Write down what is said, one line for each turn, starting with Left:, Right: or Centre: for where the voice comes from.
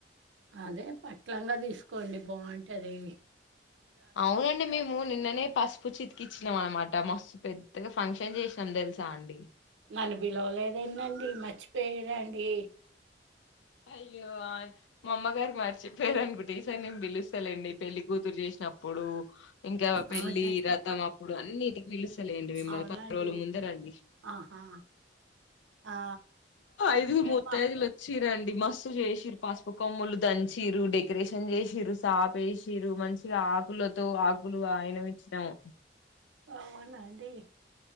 Right: అదే పట్లంగా తీసుకోండి బాగుంటదీ
Left: అవునండి మేము నిన్ననే పసుపు చితికిచ్చినాం. అనమాట మస్తు పెద్దగా ఫంక్షన్ చేసినాం తెలుసా అండి.
Right: నన్ను పిలవలేదేందండి మర్చిపోయారా అండి
Left: అయ్యో మా ఆ అమ్మగారు మర్చిపోయారు అనుకుంట. ఈ సారీ నేను పిలుస్తాలేండి. పెళ్లికుతురు చేసినప్పుడూ ఇంకా పెళ్లి
Right: అవునా
Left: వ్రతం అప్పుడు అన్నిటికి పిలుస్తలేండి. మిమ్మల్ని
Right: అవునండి
Left: పది రోజుల ముందే రండి.
Right: ఆహా ఆ
Left: ఐదు
Right: రేపు
Left: ముత్త ఐదులు వచ్చి రండి. డి మస్తు చేసిరు. పసుపు కొమ్ములు దంచిరు. డెకరేషన్ చేసిరు. సాపేసిరు. మంచిగా ఆకులతో ఆకులు ఆయనము ఇచ్చినాము.
Right: అవునా అండి